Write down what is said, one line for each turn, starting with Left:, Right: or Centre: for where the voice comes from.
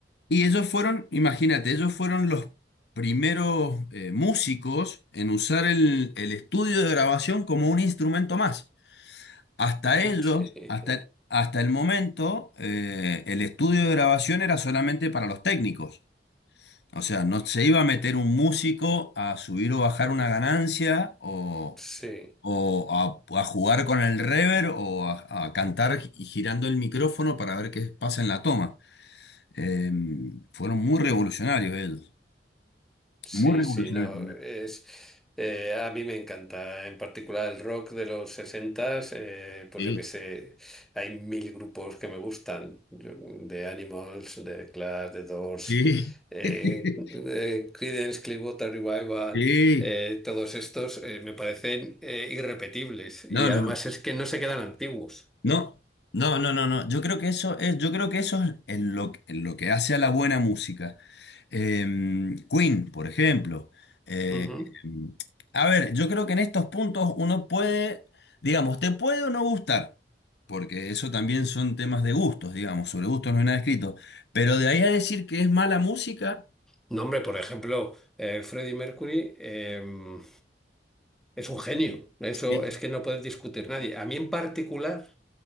Left: Y ellos fueron, imagínate, ellos fueron los primeros eh, músicos en usar el el estudio de grabación como un instrumento más. Hasta
Centre: <laughs>
Left: ellos, hasta, hasta el momento, eh, el estudio de grabación era solamente para los técnicos. O sea, no se iba a meter un músico a subir o bajar una ganancia o,
Centre: Sí, sí.
Left: o a, a jugar con el reverb o a, a cantar gi- girando el micrófono para ver qué pasa en la toma. Eh, fueron muy revolucionarios ellos.
Centre: Sí,
Left: Muy revolucionarios.
Centre: sí, no, es, eh, a mí me encanta, en particular el rock de los sesentas, eh, pues
Left: Sí,
Centre: yo que sé, hay mil grupos que me gustan, yo- de Animals, de Clash, de Doors,
Left: sí.
Centre: eh,
Left: <laughs>
Centre: eh, Creedence Clearwater Revival,
Left: Sí.
Centre: eh, todos estos eh, me parecen eh, irrepetibles y
Left: No, no.
Centre: además es que no se quedan antiguos.
Left: No, no, no, no, no. Yo creo que eso es, yo creo que eso es en lo, en lo que hace a la buena música. Em, Queen, por ejemplo. Eh,
Centre: Ujú.
Left: em, a ver, yo creo que en estos puntos uno puede, digamos, te puede o no gustar, porque eso también son temas de gustos, digamos, sobre gustos no hay nada escrito. Pero de ahí a decir que es mala música,
Centre: No, hombre, por ejemplo, eh, Freddie Mercury. em, Es un genio, eso
Left: eh,
Centre: es que no puedes discutir nadie. A mí en particular